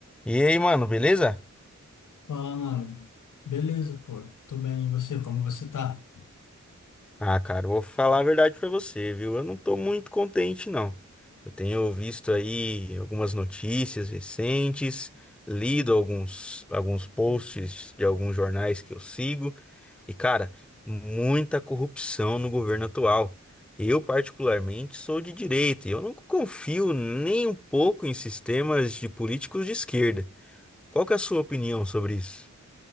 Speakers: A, in the centre; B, on the left (about 80°).
A: E aí, mano, beleza?
B: Fala, mano. Beleza, pô. Tô bem. E você, como você tá?
A: Ah, cara, eu vou falar a verdade pra você, viu? Eu não tô muito contente, não. Eu tenho visto aí algumas notícias recentes, lido alguns, alguns posts de alguns jornais que eu sigo, e, cara, muita corrupção no governo atual. Eu, particularmente, sou de direita e eu não confio nem um pouco em sistemas de políticos de esquerda. Qual que é a sua opinião sobre isso?